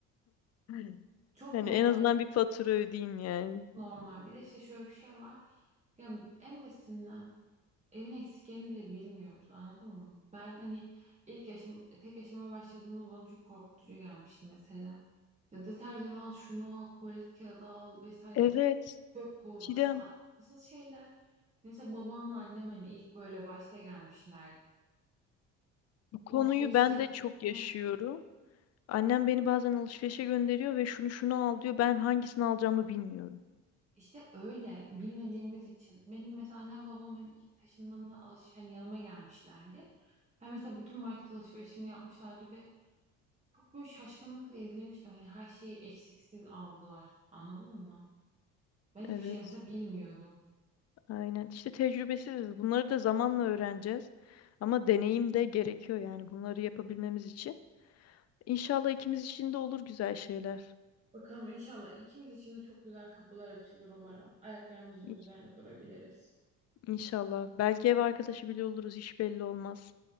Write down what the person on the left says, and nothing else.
<laughs>
Yani
en azından
bir fatura ödeyeyim yani.
Evet.
Çiğdem,
bu konuyu
ben de çok yaşıyorum. Annem beni bazen alışverişe gönderiyor ve şunu şunu al diyor. Ben hangisini alacağımı bilmiyorum.
Evet,
aynen. İşte tecrübesiziz. Bunları da zamanla öğreneceğiz. Ama deneyim de gerekiyor yani bunları yapabilmemiz için. İnşallah ikimiz için de olur güzel şeyler.
İ-
İnşallah. Belki ev arkadaşı bile oluruz. Hiç belli olmaz.